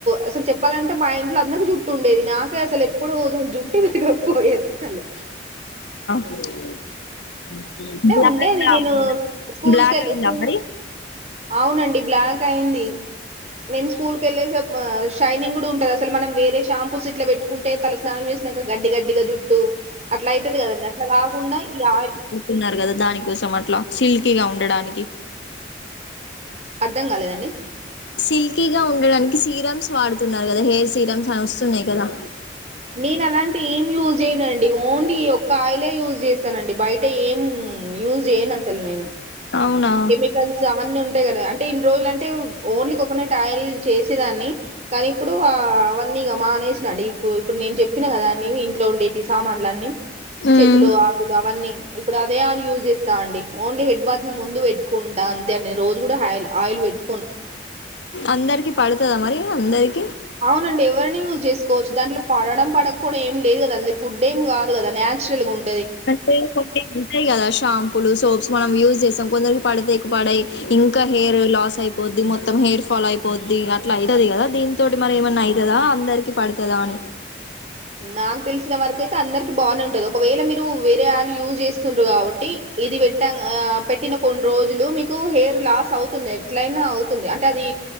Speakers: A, on the right; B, on the left.
A: అసలు చెప్పాలంటే, మా ఇంట్లో అందరికి జుట్ట ఉండేది నాకే అసలె. ఎప్పుడూ దాన్ జుట్టు విరగకపోయే సలు
B: బ్కా
A: ఉండేది
B: గావాలి నాకు
A: నేను స్కూల్స్
B: బ్లాక్
A: కెళ్ళి
B: అయిందా
A: స్కూల్
B: మరి
A: అవునండి బ్లాక్ అయింది నేను స్కూల్ కెళ్ళేసప్ షైనింగ్ గూడ ఉంటది అసలు మనం వేరే షాంపూస్ ఇట్ల వెట్టుకుంటే తల స్నానం చేస్ నంక గడ్డి గడ్డిగ జుట్టూ అట్ల అయితది గదండి అట్లా గాకుండా ఈ ఆయిల్
B: ఉన్నారు గద దాని కోసం అట్లా సిల్కీగ ఉండడానికి
A: అర్ధం గాలేదండి
B: సిల్కీ గా ఉండడానికి సీరమ్స్ వాడుతున్నారు గదా, హెయిర్ సీరమ్స్ అని వస్తున్నాయి కదా.
A: నేను అలాంటి ఏం యూజ్ చేయనుండి ఓన్లీ ఈ ఒక్క ఆయిలే యూజ్ చేస్తానండి బయట ఏం ఉమ్ యూస్ చేయను అసలు నేను
B: అవునా
A: కెమికల్స్ అవన్నీ ఉన్ టాయి కదా అంటే ఇన్ని రోజులు అంటే ఓన్లీ కోకోనట్ ఆయిల్ చేసేదాన్ని కానీ ఇప్పుడు అన్నీగా మానేసినాడు ఇప్పుడు ఇప్పుడు నేను చెప్పినా కదా అీ ఇంట్లో ఉండేవి సామాన్లు అన్నీ
B: మ్మ్.
A: చెట్లు ఆకులు అవన్నీ ఇప్పుడు అదే అ యూజ్ చేస్త స్తా అండిఓన్లీ హెడ్ బాత్ కి ముందు పెట్టుకుంటా అంతే అండి రోజు కూడా ఆయి ఆయిల్ పెట్టు
B: అందరికి పడుతుదా మరి అందరికి
A: అవునండి ఎవరిని యూజ్ చేసుకోవచ్చు దాంట్లో పడడం పడకపోవడం ఏమి లేదు కదా అది ఫుడ్ ఏమి కాదు కదా న్యాచురల్ గా ఉన్
B: అంటే కొ ఉంటాయి కదా షాంపుూలు సోప్స్ మనం యూస్ చేస్తాం కొందకి పడితే ఎక్కు పడాయి ఇంకా హెయిర్ లాస్ అయిపోద్ది మొత్తం హెయిర్ ఫాల్ అయిపోద్ది అట్లా అవుతుంది కదా దీని తోటి మరి ఏమన్నా అవుతుందా అందరికి పడుతుందా అని
A: నాకు తెలిసిన వరకియితే అందరికి బానే ఉంటది ఒకవేళ మీరు వేరే వాళ్లుు యూజ్ చేస్తుండ్రు కాబట్టి ఇది పెట్టా ఆ పెట్టిన కొన్ని రోజులు మీకు హెయిర్ లాస్ అవుతుంది ఎట్లయినా అవుతుంది అంటే అది